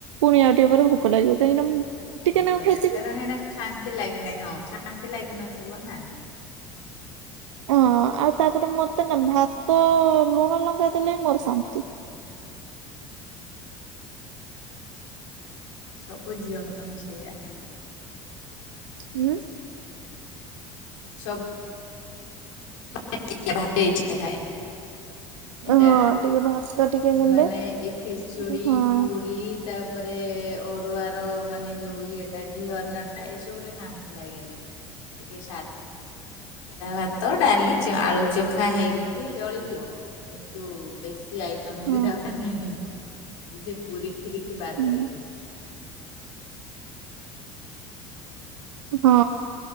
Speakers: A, on the right (about 80°); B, on the left (about 75°).
A: ପୁଣି ଆଉ ଟିକେ ପରେ ଭୋକ ଲାଗିବ କାହିଁକିନା ମୁଁ ଟିକେ
B: ଭୋକ
A: ନାକୁ ଖାଇଥିବି
B: ଲାଗିବ କାରଣ ହେଟା ଶାନ୍ତି ଲାଗିନାହିଁ ହଁ, ଶାନ୍ତି ଲାଗିିନଥିବ ନା?
A: ହଁ ଆଉ ତାପରେ ମତେ ନା ଭାତ ଲୁଣ ଲଙ୍କା ଦେଲେ ବି ମୋର ଶାନ୍ତି।
B: ସବୁ ଝିଅ ମାନେ ସେଇଆ।
A: ହୁଁ।
B: ସବୁ <unintelligible> ଥାଏ
A: ହଁ
B: ଡା
A: ଟିକେ ଭାତ ଟିକେ ହେଲେ
B: ମାନେ ଏ ଖେଚୁଡ଼ି,
A: ହଁ ହଁ।
B: ପୁରୀ ତାପରେ ଅରୁଆ ର ମାନେ ଯୋଉ ଇଏଟା ଘିଅ ଅର୍ଣ୍ଣ ଟା ଏସବୁରେ ଶାନ୍ତି ଲାଗେନି। ଟିକେ ଶା ଆଧା ଭାତ, ଡାଲି, ଚା ଆଳୁ ଚଖା ହେଇଲେ ବି ଚଳିଯିବ କିନ୍ତୁ ବେଶୀ ଆ ଟମ୍
A: ହଁ।
B: ବି ଦରକାର ନାହିଁ କି ସେ ପୁରୀ, କ୍ଷୀରି କି ବାତ
A: ହୁଁ,
B: କରିକି
A: ହଁ।